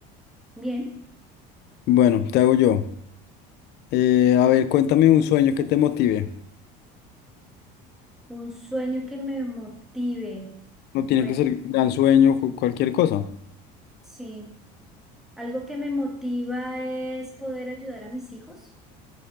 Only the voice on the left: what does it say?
Bueno, te hago yo. Eh, a ver, cuéntame un sueño que te motive.
No
tiene que ser un gran sueño, cu- cualquier cosa.